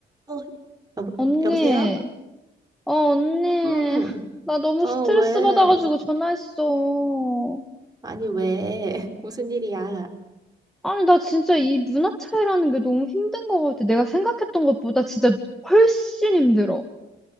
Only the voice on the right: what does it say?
어, 여보,
여보세요?
음,
어,
왜?
아니, 왜? <laughs> 무슨 일이야?